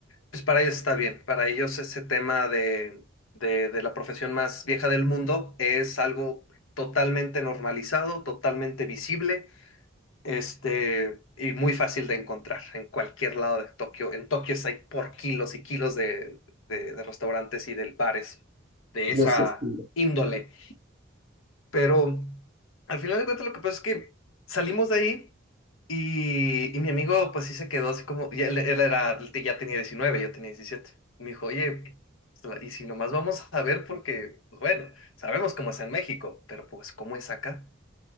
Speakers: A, on the left; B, on the right.
A: pues para ellos está bien. Para ellos ese tema de, de, de la profesión más vieja del mundo es algo totalmente normalizado, totalmente visible, este, y muy fácil de encontrar en cualquier lado de Tokio. En Tokio hay por kilos y kilos de, de de restaurantes y de bares de
B: de
A: esa
B: ese estilo.
A: índole. Pero al final de cuentas lo que pasa es que salimos de ahí y, y mi amigo pues sí se quedó así como, y él, él era, él te- ya tenía diecinueve yo tenía 17. Me dijo, oye, pues, la- y si nomás vamos a ver porque, pues bueno, sabemos cómo es en México, pero pues cómo es acá.